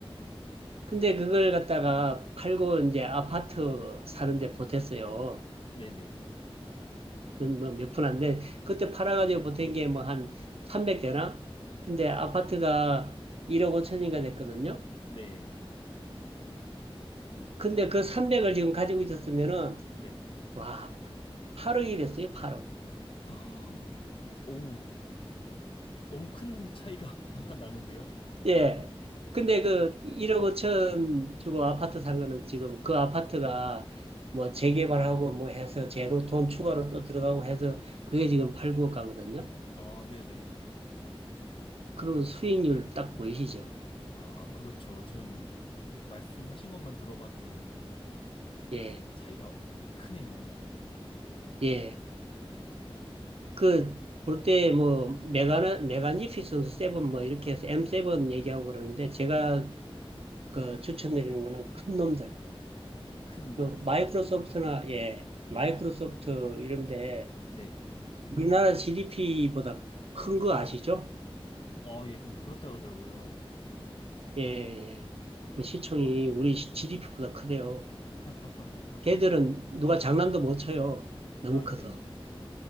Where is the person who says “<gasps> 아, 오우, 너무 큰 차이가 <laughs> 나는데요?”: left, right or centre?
Left